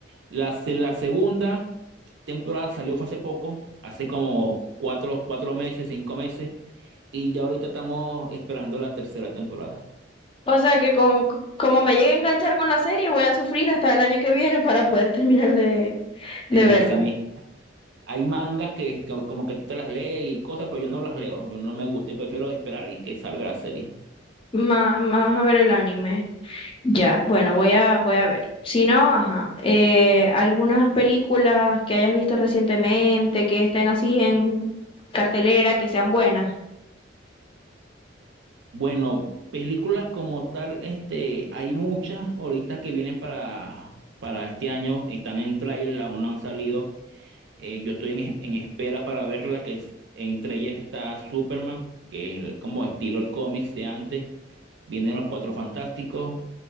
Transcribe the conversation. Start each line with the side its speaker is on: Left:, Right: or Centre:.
Right: La, se- la segunda temporada salió fue hace poco, hace como cuatro, cuatro meses, cinco meses, y ya ahorita estamos esperando la tercera temporada.
Left: O sea que con, como me llegue a enganchar con la serie, voy a sufrir hasta el año que viene para poder terminar de, de
Right: Sí,
Left: verla.
Right: así mismo. Hay mangas que co- como que tú te las lees y cosas, pero yo no las leo, yo no me gusta y prefiero esperar y que salga la serie.
Left: Más, más a ver el anime. Ya, bueno, voy a, voy a ver. Si no, ajá. eh, algunas películas que hayas visto recientemente, que estén así en cartelera, que sean buenas.
Right: Bueno, películas como tal, este, hay muchas ahorita que vienen para, para este año, están en tráiler, aún no han salido. Eh, yo estoy en, en espera para verla, que es- entre ellas está Superman, que es el- como estilo el cómics de antes. Vienen los Cuatro Fantásticos.